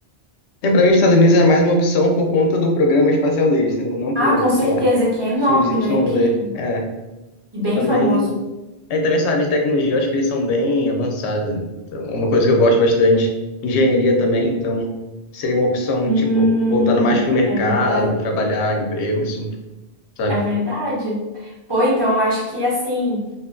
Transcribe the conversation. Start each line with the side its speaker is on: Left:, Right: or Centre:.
Left: é, pra mim os Estados Unidos é mais uma opção por conta do programa espacial deles, entendeu? Não por,
Right: Ah, com
Left: sei
Right: certeza,
Left: lá,
Right: que é enorme,
Left: XYZ.
Right: né? Incrível.
Left: É,
Right: E bem
Left: também
Right: famoso.
Left: Aí também essa área de tecnologia, eu acho que eles são bem avançados. né? Então, é uma coisa que eu gosto bastante. Engenharia também, então seria uma opção,
Right: Hum,
Left: tipo, voltando mais pro mercado,
Right: é verdade.
Left: trabalhar, emprego, isso, sabe?
Right: É verdade. Pô, então eu acho que assim,